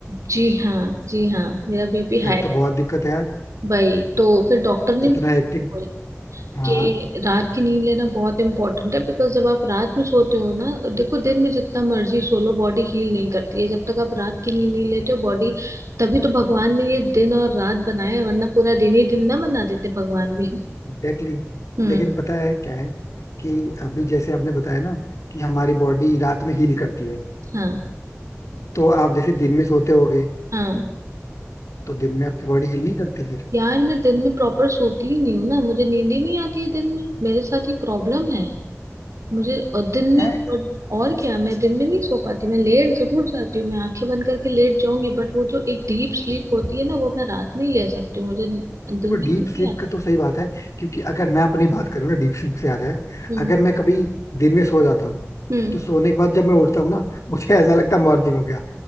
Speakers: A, on the right (about 85°); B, on the left (about 80°).
A: जी हाँ जी हाँ मेरा बीपी
B: फिर
A: हाई रहता
B: तो बहुत
A: है
B: दिक्कत है यार
A: वही तो फिर डॉक्टर ने
B: इतना
A: भी
B: हेक्टिक
A: बोला
B: हाँ
A: कि रात की नींद लेना बहुत इंपॉर्टेंट है बिकॉज जब आप रात में सोते हो ना देखो दिन में जितना मर्जी सो लो बॉडी हील नहीं करती है जब तक आप रात की नींद नहीं लेते हो बॉडी तभी तो भगवान ने ये दिन और रात बनाया है वरना पूरा दिन ही दिन ना बना देते भगवान भी
B: एग्जैक्टली exactly.
A: हम्म
B: लेकिन पता है क्या है कि अभी जैसे आपने बताया ना कि हमारी बॉडी रात में हील करती है
A: हाँ
B: तो आप जैसे दिन में सोते होगे
A: हाँ
B: तो दिन में आपकी बॉडी हील नहीं करती फिर
A: यार मैं दिन में प्रॉपर सोती ही नहीं हूँ ना मुझे नींद ही नहीं आती है दिन में मेरे साथ ये प्रॉब्लम है मुझे और दिन
B: है
A: में और और क्या मैं दिन में नहीं सो पाती मैं लेट जरूर जाती हूँ मैं आंखें बंद करके लेट जाऊंगी बट वो जो एक डीप स्लीप होती है ना वो मैं रात में ही ले सकती हूँ मुझे दिन
B: देखो
A: में
B: डीप
A: नींद
B: स्लीप
A: नहीं आती
B: का तो सही बात है क्योंकि अगर मैं अपनी बात करूँ ना डीप स्लीप से याद है
A: हम्म
B: अगर मैं कभी दिन में सो जाता हूँ
A: हम्म
B: तो सोने के बाद जब मैं उठता हूँ ना मुझे ऐसा लगता है मॉर्निंग हो गया